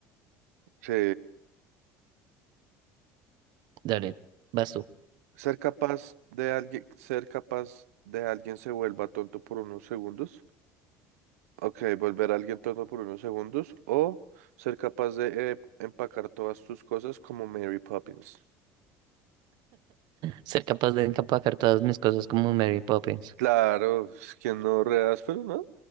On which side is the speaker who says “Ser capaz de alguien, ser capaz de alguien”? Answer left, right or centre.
Right